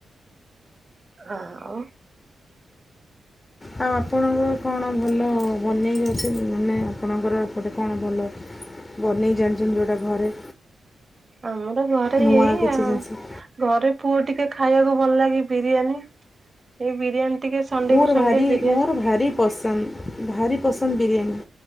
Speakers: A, on the right; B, on the left.
A: ଆଉ।
B: ଆଉ ଆପଣଙ୍କର କଣ ଭଲ ବନେଇ <unintelligible> ମାନେ ଆପଣଙ୍କର ଏପଟେ କଣ ଭଲ? ବନେଇ ଜାଣିଛନ୍ତି ଯୋଉଟା ଘରେ?
A: ଆମର ଘରେ
B: ନୂଆ
A: ଏଇ
B: କିଛି
A: ଆଉ।
B: ଜିନିଷ
A: ଘରେ ପୁଅ ଟିକେ ଖାଇବାକୁ ଭଲ ଲାଗେ ବିରିୟାନୀ। ଏଇ ବିରିୟାନୀ ଟିକେ ସଣ୍ଡେ
B: ମୋର
A: କୁ ସଣ୍ଡେ
B: ଭାରି
A: ବିରିୟାନୀ
B: ମୋର ଭାରି ପସନ୍ଦ, ଭାରି ପସନ୍ଦ ବିରିୟାନୀ।